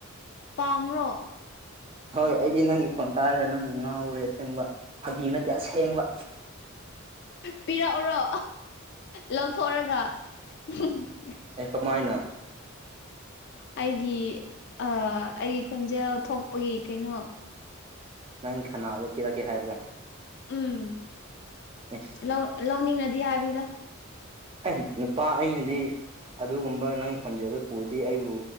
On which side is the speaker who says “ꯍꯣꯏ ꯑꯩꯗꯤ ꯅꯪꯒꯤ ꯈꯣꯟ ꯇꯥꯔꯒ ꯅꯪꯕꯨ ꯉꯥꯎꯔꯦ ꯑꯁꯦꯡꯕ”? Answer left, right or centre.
Right